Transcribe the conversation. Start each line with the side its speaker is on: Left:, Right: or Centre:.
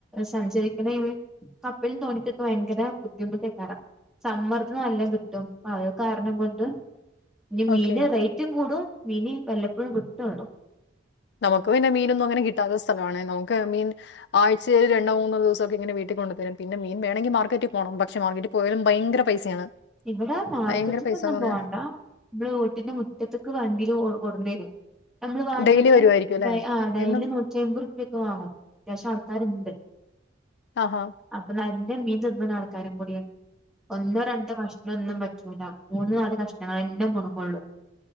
Centre: സഞ്ചരിക്കുന്ന ഈ കപ്പൽന് തോണിക്കൊക്കെ ഭയങ്കര ബുദ്ധിമുട്ടേക്കാരം സമ്മർദ്ദം നല്ലം കിട്ടും അപ്പത് കാരണം കൊണ്ട് ഇനി മീന്റെ
Left: ഓക്കെ
Centre: റേറ്റും കൂടും മീനി വല്ലപ്പഴും കിട്ടൊള്ളൂ
Left: നമുക്ക് പിന്നെ മീനൊന്നും അങ്ങനെ കിട്ടാത്ത സ്ഥലമാണെ നമുക്ക് മീൻ ആഴ്ചയിൽ രണ്ടോ മൂന്നോ ദിവസോക്ക ഇങ്ങനെ വീട്ടിൽ കൊണ്ട്തരും പിന്നെ മീൻ വേണെങ്കിൽ മാർക്കറ്റിൽ പോണം പക്ഷെ മാർക്കറ്റിൽ പോയാലും ഭയങ്കര പൈസയാണ്
Centre: ഇവിടെ മാർക്കറ്റ്
Left: ഭയങ്കര
Centre: ക്കൊന്നും
Left: പൈസാന്ന് പറഞ്ഞാ
Centre: പോണ്ട നമ്മളെ വീട്ടിന്റെ മുറ്റത്ത്ക്ക് വണ്ടിയില് ഓടും കൊടുന്നെരും ഞമ്മള് വേണ്ടത്
Left: ഡെയിലി വരുവായിരിക്കും അല്ലേ?
Centre: ഡയ് ആ ഡയ്ലി
Left: എന്നും
Centre: നൂറ്റി അമ്പത് റൂപ്യ ഒക്കെ വാങ്ങും അത്യാവശ്യം ആൾക്കാര്ണ്ട്
Left: ആഹാ!
Centre: അപ്പം ന ഞാൻ മീൻ തിന്ന് ണ ആൾക്കാരും കൂടിയാണ് ഒന്നോ രണ്ടോ കഷ് പറ്റൂല മൂന്ന നാല് കഷ്ണങ്ങളന്നെ മുണങ്ങള്ളൂ.